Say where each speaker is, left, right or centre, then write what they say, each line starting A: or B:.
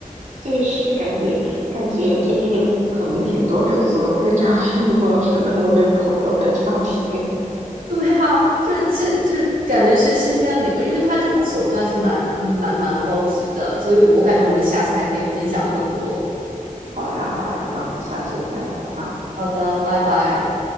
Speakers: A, on the right (about 60°); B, on the right (about 85°).
A: 对，是感觉感觉就是可能挺多留子都被诈骗过了，反正我也有朋友被诈骗过
B: <laughs> 对啊，就是这就是感觉是身边的每个人，因为他真的手段是蛮蛮蛮高级的，所以我我感觉我们下次还可以分享更多。
A: 好呀，好呀，那我们下次再聊吧。
B: 好的，拜拜。